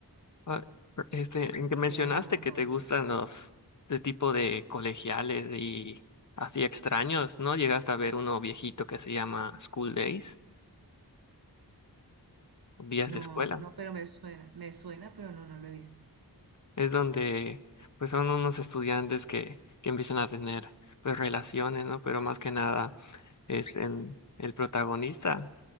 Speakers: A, on the left (about 45°); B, on the right (about 65°).
A: Ah, Este, en que mencionaste
B: Le dañan a uno
A: que
B: todo.
A: te gustan los de tipo de colegiales y así extraños, ¿no? Llegaste a ver uno viejito que se llama School Days, días
B: No,
A: de escuela.
B: no, pero me suena, me suena, pero no, no lo he visto.
A: Es donde pues son unos estudiantes que, que empiezan a tener pues relaciones, ¿no? Pero más que nada, es en- el protagonista